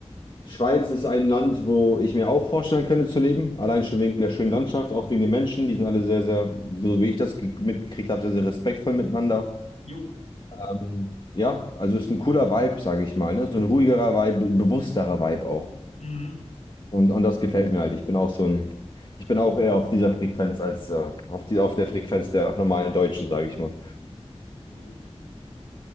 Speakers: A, on the left; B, on the left.
A: Schweiz ist ein Land, wo ich mir auch vorstellen könnte zu leben. Allein schon wegen der schönen Landschaft, auch wegen den Menschen. Die sind alle sehr, sehr, so wie ich das ge- mitgekriegt habe, sehr, sehr respektvoll miteinander.
B: jo.
A: Ähm, ja, also ist ein cooler Vibe, sage ich mal, ne? So ein ruhigerer Vibe, bewussterer Vibe auch.
B: Mhm.
A: Und, und das gefällt mir halt. Ich bin auch so ein, ich bin auch eher auf dieser Frequenz als äh, auf die, auf der Frequenz der normalen Deutschen, sage ich mal.
B: Gut, gut.